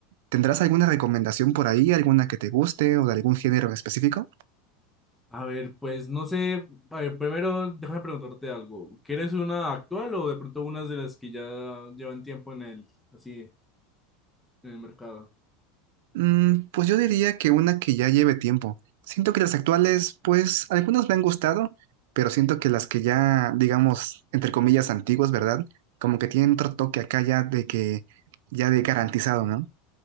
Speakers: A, on the right; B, in the centre.
A: ¿Tendrás alguna recomendación por ahí, alguna que te guste o de algún género específico?
B: A ver, pues no sé, a ver, primero déjame preguntarte algo. ¿Quieres una actual o de pronto unas de las que ya llevan tiempo en el, así, en el mercado?
A: Mm, pues yo diría que una que ya lleve tiempo. Siento que las actuales, pues algunas me han gustado, pero siento que las que ya, digamos, entre comillas, antiguas, ¿verdad? Como que tienen otro toque acá ya de que, ya de garantizado, ¿no?